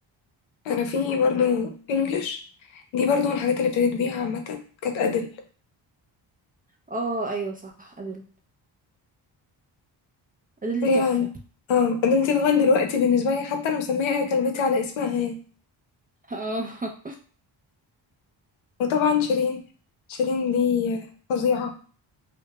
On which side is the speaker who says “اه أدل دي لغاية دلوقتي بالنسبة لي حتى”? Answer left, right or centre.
Left